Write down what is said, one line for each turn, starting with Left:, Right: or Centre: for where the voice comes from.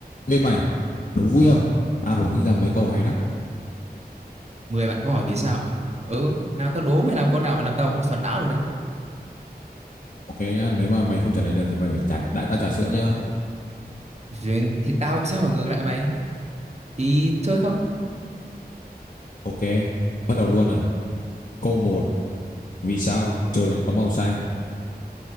Left: Ê mày, đố vui không? Tao vừa nghĩ ra mấy câu hay lắm.
Right: mười bạn có hỏi vì sao à? Ừ, nào tao đố mày làm câu nào mà làm tao xoắn não được đấy.
Left: Ok nhá, nếu mà mày không trả lời được thì mày phải trả đãi tao trà sữa nhá.
Right: Rồi thì tao cũng sẽ hỏi ngược lại mày. Thì chơi không?
Left: Ok, bắt đầu luôn này. Câu một vì sao trời lại có màu xanh?